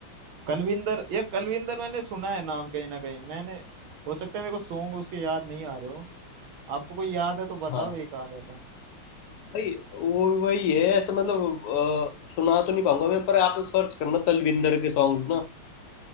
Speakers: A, on the right; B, on the left.
A: कलविंदर ये कलविंदर मैंने सुना है नाम कहीं ना कहीं मैंने हो सकता है मेरे को सॉन्ग उसके याद नहीं आ रहे हो आपको कोई याद है तो बताओ
B: हाँ
A: एक आध ऐसा
B: भाई वो वही है ऐसा मतलब अ, सुना तो नहीं पाऊंगा मैं पर आप सर्च करना तलविंदर के सॉन्ग्स ना